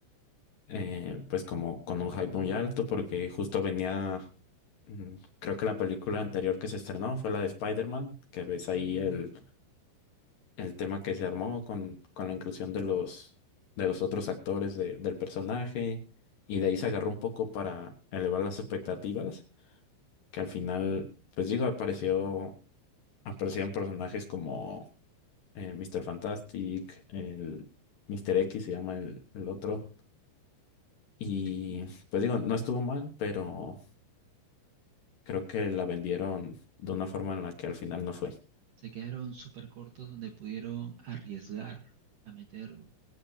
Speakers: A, on the left; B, on the right.
A: eh, pues como con un hype muy alto porque justo venía, mm, creo que la película anterior que se estrenó fue la de Spider-Man, que ves ahí el, el tema que se armó con, con la inclusión de los, de los otros actores de- del personaje y de ahí se agarró un poco para elevar las expectativas, que al final, pues digo, apareció, aparecieron personajes como eh, Mr. Fantastic, el Mr. X se llama el el otro. Y
B: Sí,
A: pues digo, no estuvo mal, pero Creo que la vendieron de una forma en la que al final no fue.
B: se quedaron súper cortos donde pudieron arriesgar a meter